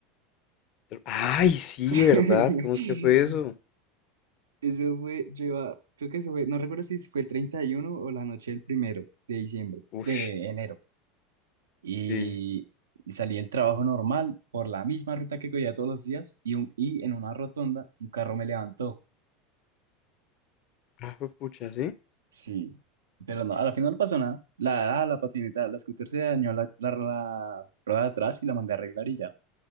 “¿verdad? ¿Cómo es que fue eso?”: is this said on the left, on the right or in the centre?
Left